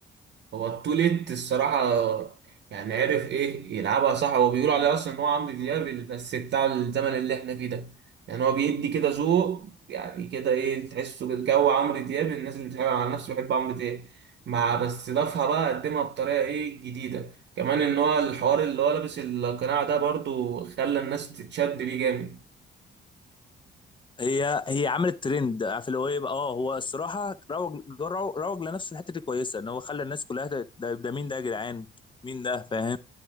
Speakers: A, on the right; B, on the left.
A: هو التوليت الصراحة يعني عرف ايه يلعبها صح هو بيقول عليه اصلا ان هو عمرو دياب بس بتاع الزمن اللي احنا فيه ده يعني هو بيدي كده ذوق يعني كده ايه تحسه كده جو عمرو دياب الناس اللي بتحب على نفسي بحب عمرو دياب مع بس ضافها بقى قدمها بطريقة ايه جديدة كمان ان هو الحوار اللي هو لابس القناع ده برضو خلى الناس تتشد ليه جامد
B: هي هي عملت ترند عارف اللي هو ايه بقى اه هو الصراحه روج روج روج لنفسه الحته دي كويسه ان هو خلى الناس كلها ت- ده, ده مين ده يا جدعان مين ده فاهم